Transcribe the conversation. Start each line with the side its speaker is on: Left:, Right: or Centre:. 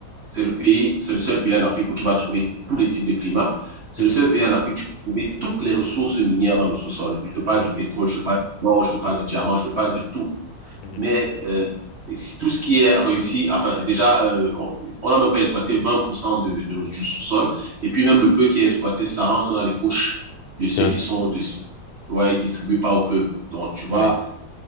Right: c'est le pays, c'est le seul pays en Afrique où tu vas trouver tous les types de climats. C'est
Left: mhm,
Right: le seul pays en Afrique où tu vas trouver toutes les ressources minières dans le sous-sol. Je te parle
Left: mhm,
Right: du pétrole, je te parle du or, je te parle du diamant, je te parle de tout.
Left: mhm.
Right: Mais euh, si tout ce qui est réussi, enfin, déjà, euh, on n'a même pas exploité 20% de, de- du sous-sol. Et puis, même le peu qui est exploité, ça rentre dans les poches de ceux
Left: Les res-
Right: qui sont dessus. Ouais, ils distribuent pas au peuple. Donc, tu vois,
Left: Oui,